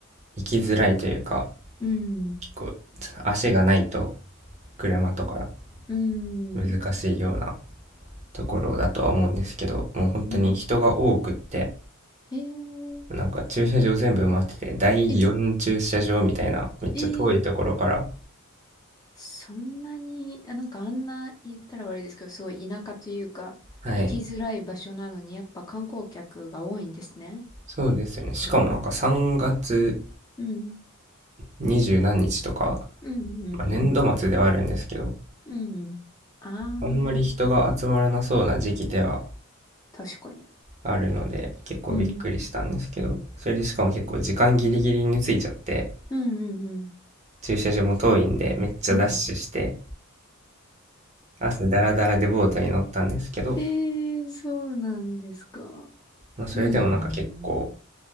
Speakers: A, on the right (about 35°); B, on the left (about 15°).
A: 行きづらいというか、
B: うん、
A: 結構ちょっと足がないと車とか
B: うん、
A: 難しいようなところだとは思うんですけど、もう本当に人が多くって、
B: うん。えー、
A: なんか駐車場全部埋まってて、第4駐車場みたいなめっちゃ遠いところから。
B: え、えー、そんなに、あなんかあんな言ったら悪いですけど、すごい田舎というか、
A: はい。
B: 行きづらい場所なのに、やっぱ観光客が多いんですね。
A: そうですよね。しかもなんか3月
B: うん
A: 二十何日とか、
B: うんうん。
A: まあ、年度末ではあるんですけど、
B: うんうん。ああ、
A: あんまり人が集まらなそうな時期では
B: 確かに。
A: あるので、結構びっくりしたんですけど、
B: うん。
A: それでしかも結構時間ギリギリについちゃって、
B: うんうんうん。
A: 駐車場も遠いんで、めっちゃダッシュして、
B: うん。
A: 朝ダラダラでボートに乗ったんですけど、
B: ええーそうなんですか。
A: まあ、それでもなんか結構、
B: いいなぁ。